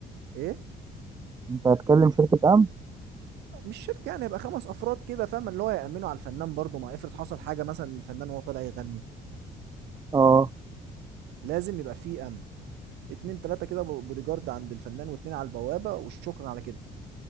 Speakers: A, on the right (about 85°); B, on the right (about 20°).
A: ايه
B: انت هتكلم شركه امن
A: مش شركه يعني يبقى خمس افراد كده فاهم اللي هو يأمنوا على الفنان برضه ما افرض حصل حاجه مثلا للفنان وهو طالع يغني
B: اه
A: لازم يبقى فيه امن اتنين تلاته كده بودي جارد عند الفنان واتنين على البوابه وشكرا على كده